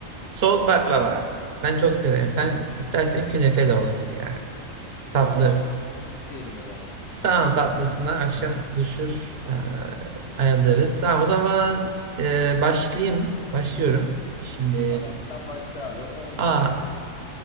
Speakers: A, on the right; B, on the left.
A: soğuk baklava. Ben çok severim. Sen istersen künefe de olabilir yani.
B: Tamam
A: Tatlı.
B: abi tatlı diyelim o zaman.
A: Tamam tatlısına akşam buluşur e, ayarlarız. Tamam o zaman e, başlayayım. Başlıyorum. Şimdi
B: Tamam sen başla abi. on tane
A: aa